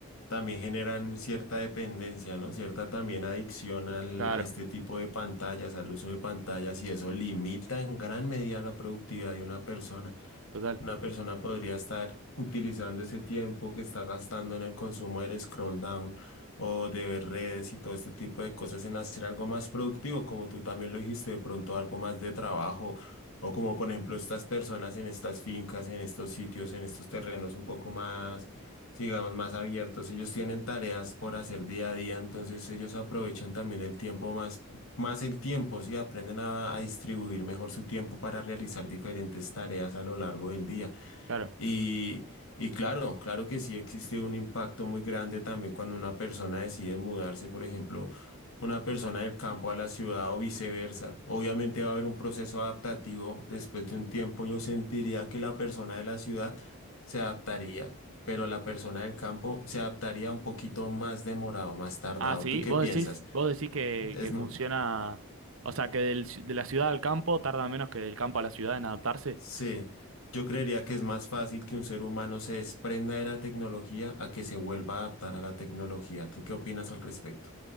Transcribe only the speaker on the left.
también generan cierta dependencia, ¿no? Cierta también adicción al,
a este tipo de pantallas, al uso de pantallas, y eso limita en gran medida la productividad de una persona.
Una persona podría estar utilizando ese tiempo que está gastando en el consumo del scroll down o de ver redes y todo este tipo de cosas en hacer algo más productivo, como tú también lo dijiste, de pronto algo más de trabajo o como por ejemplo estas personas en estas fincas, en estos sitios, en estos terrenos un poco más, digamos, más abiertos, ellos tienen tareas por hacer día a día, entonces ellos aprovechan también el tiempo más, más el tiempo, sí, aprenden a, a distribuir mejor su tiempo para realizar diferentes tareas a lo largo del día.
Y, y claro, claro que sí existe un impacto muy grande también cuando una persona decide mudarse, por ejemplo, una persona del campo a la ciudad o viceversa. Obviamente va a haber un proceso adaptativo. Después de un tiempo yo sentiría que la persona de la ciudad se adaptaría, pero la persona del campo se adaptaría un poquito más demorado, más tardado.
¿Tú qué
piensas?
Es,
Sí, yo creería que es más fácil que un ser humano se desprenda de la tecnología a que se vuelva a adaptar a la tecnología. ¿Tú qué opinas al respecto?